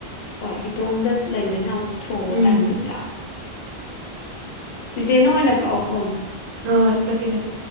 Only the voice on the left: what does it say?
ꯍꯣꯏ ꯏꯇꯣꯝꯇ ꯂꯩꯕꯅꯤꯅ ꯑꯃꯨꯛ ꯊꯣꯡꯕ
ꯇꯟꯕꯁꯨ ꯌꯥꯎꯋꯦ꯫ ꯆꯤꯆꯦꯅ ꯑꯣꯏꯅ ꯀꯛꯑꯣ ꯐꯣꯟꯗꯣ꯫